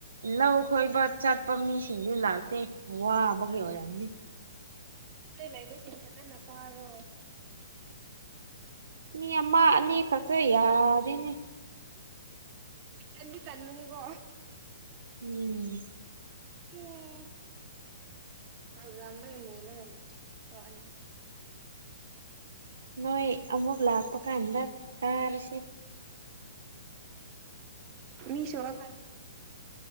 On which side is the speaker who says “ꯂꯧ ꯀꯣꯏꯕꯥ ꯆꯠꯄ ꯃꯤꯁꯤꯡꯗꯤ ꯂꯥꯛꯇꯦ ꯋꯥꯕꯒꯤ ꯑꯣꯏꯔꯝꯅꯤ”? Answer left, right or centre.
Right